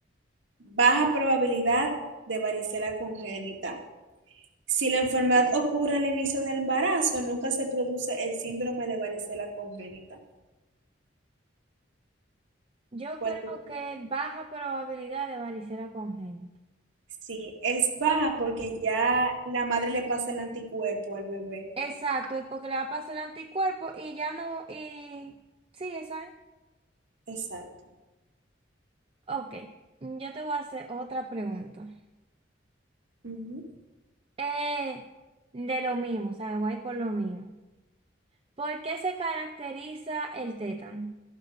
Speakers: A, on the right; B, on the right.
A: baja probabilidad de varicela congénita. Si la enfermedad ocurre al inicio del embarazo, nunca se produce el síndrome de varicela congénita.
B: Yo
A: ¿Cuál
B: creo
A: tú crees?
B: que baja probabilidad de varicela congénita.
A: Sí, es baja porque ya la madre le pasa el anticuerpo al bebé.
B: Exacto, y porque le va a pasar el anticuerpo y ya no, y sí, esa es.
A: Exacto.
B: Ok, yo te voy a hacer otra pregunta.
A: Ujú.
B: Eh, de lo mismo, o sea, voy a ir por lo mismo. ¿Por qué se caracteriza el tétano?